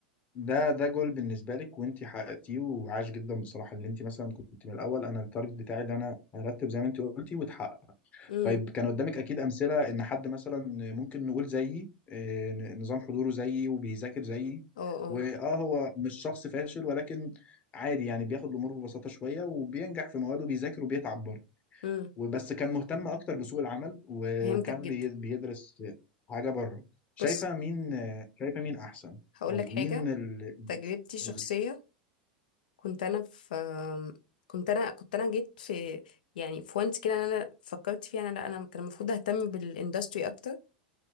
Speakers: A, on the left; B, on the left.
A: ده ده جول بالنسبه لك وانت حققتيه وعاش جدا بصراحه اللي انت مثلا كنت من الاول انا التارجت بتاعي اللي انا ارتب زي ما انت قلتي وتحقق
B: امم
A: طيب كان قدامك اكيد امثله ان حد مثلا ممكن نقول زيي آه، نظام حضوره زيي وبيذاكر زيي
B: اه اه
A: واه هو مش شخص فاشل ولكن عادي يعني بياخد الامور ببساطه شويه وبينجح في مواده بيذاكر وبيتعب برضه
B: امم
A: وبس كان مهتم اكتر بسوق العمل و-
B: فهمتك
A: وكان
B: جدا
A: بي- بيدرس حاجه بره شايفه
B: بص
A: مين شايفه مين احسن
B: هقول
A: او
B: لك حاجة
A: مين اللي اللي
B: تجربتي
A: يكسب؟
B: الشخصية
A: قولي
B: كنت انا في كنت انا كنت انا جيت في يعني في وانت كده انا فكرت فيها انا لا انا كان المفروض اهتم بالاندستري اكتر